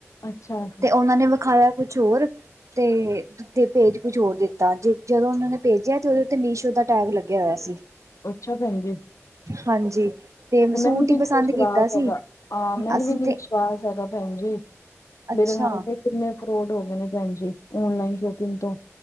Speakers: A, on the left (about 85°); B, on the right (about 80°).
A: ਅੱਛਾ
B: ਤੇ ਉਹਨਾਂ ਨੇ ਵਿਖਾਇਆ ਕੁਛ ਹੋਰ ਤੇ ਤੇ ਪੇਜ ਕੁਛ ਹੋਰ ਦਿੱਤਾ ਜੇ ਜਦੋਂ ਉਹ ਨੇ ਭੇਜਿਆ ਤੇ, ਉਹਦੇ ਉਤੇ ਮੀਸ਼ੋ ਦਾ ਟੈਗ ਲੱਗਿਆ ਹੋਇਆ ਸੀ।
A: ਅੱਛਾ ਭੈਣ ਜੀ।
B: ਹਾਂਜੀ, ਤੇ ਸੂਟ
A: ਮੈਨੂੰ
B: ਹੀ
A: ਵੀ
B: ਪਸੰਦ
A: ਵਿਸ਼ਵਾਸ
B: ਕੀਤਾ ਸੀ,
A: ਹੈਗਾ, ਹਾਂ ਮੈਨੂੰ
B: ਅਸੀਂ
A: ਵੀ ਨੀ
B: ਤੇ
A: ਵਿਸ਼ਵਾਸ ਹੈਗਾ। ਭੈਣ ਜੀ
B: ਅੱਛਾ।
A: ਮੇਰੇ ਨਾਲ ਤੇ ਕਿੰਨੇ ਫਰੋਡ ਹੋ ਗਏ ਨੇ ਭੈਣ ਜੀ ਔਨਲਾਈਨ ਸ਼ੋਪਿੰਗ ਤੋਂ